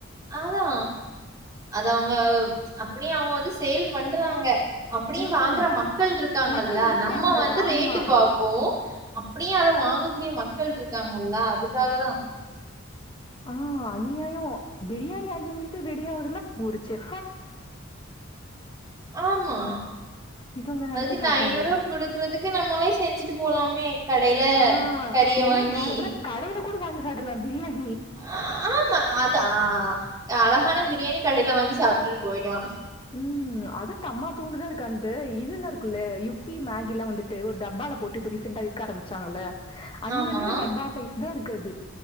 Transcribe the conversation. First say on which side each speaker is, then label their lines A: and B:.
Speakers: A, on the right; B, on the left.
A: அதா அத அவங்க அப்டியே அவங்க வந்து சேல் பண் பண்றாங்க அப்டியும்
B: ம்.
A: வாங்குற மக்கள் இருக்காங்கல்ல
B: மக்கள் இருக்காங்க.
A: நம்ம வந்து
B: ஆமா.
A: ரேட்டு பாப்போ அப்டியே அத வாங்கக்கூடிய மக்கள்ட்ருக்காங்களல்ல அதுக்காகதா
B: ஆ அநியாயோ பிரியாண் ணி அஞ்சு மிநித்துல ரெடி ஆகுதுல்ல ஊறுச்செப்
A: ஆமா
B: இவங்க நடத்தி
A: அதுக்கு இந்த
B: காட்டுறாங்க.
A: ஐநூரூப் குடுக்கறதுக்கு நம்மளே செஞ்சுட்டுப் போலாமே கடைல
B: ஆ
A: கறிய
B: இல்ல
A: வாங்கி
B: வேற எதுனு கடைல கூட வாங்க சாப்டுறலாம் பிரியாண்
A: ஆ ஆமா அதா அழகான பிரியாணி கடைல வாங்கி சாப் ட்டுல் போயிர்லா
B: ம் அது தம்மா தூண்டுதா இருக்கு அந்த இதுல இருக்குல்ல யுப்பி மேகிலா வந்துட்டு ஒரு டப்பால போட்டு இப்ப ரீசெண்டா விக்க ஆரம்பிச்சாங்கல்ல அந்த
A: ஆமா
B: மாரி டப்பா சைஸ்தா இருக் க்கு அது